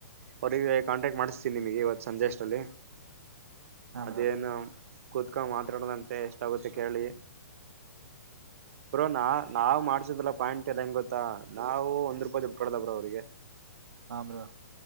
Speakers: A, on the right; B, on the right.
A: ಅವರಿಗೆ ಕಾಂಟಾಕ್ಟ್ ಮಾಡಿಸ್ತೀನಿ ನಿಮಗೆ ಇವತ್ತು ಸಂಜೆ ಅಷ್ಟಲ್ಲಿ
B: ಹಾ
A: ಅದೇನು
B: ಬ್ರೋ
A: ಕುೂತ್ಕೊಂಡ ಮಾತಾಡುದಂತೆ ಎಷ್ಟಾಗುತ್ತೆ ಕೇಳಿ ಬ್ರೋ ನಾ ನಾವ್ ಮಾಡ್ಸುದಲ್ಲ ಪಾಯಿಂಟ್ ಎಲ್ಲ ಹೆಂಗ ಗೊತ್ತಾ ನಾವು ಒಂದ್ ರೂಪಾಯಿ ದುಡ್ಡುಕೊಡಲ್ಲ ಬ್ರೋ ಅವ್ರಿಗೆ
B: ಹ ಬ್ರೋ